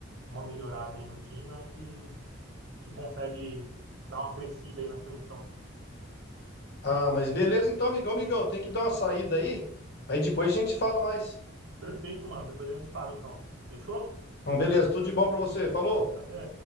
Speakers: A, on the right; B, on the left.
A: uma melhorada aí no time. Eu acho que, que consegue dar uma crescida aí na seleção.
B: Ah, mas beleza então, amigão, amigão, tem que dar uma saída aí. Aí depois a gente fala mais.
A: Perfeito, mano. Depois a gente fala, então. Fechou?
B: Então, beleza, tudo de bom pra você. Falou!
A: Até.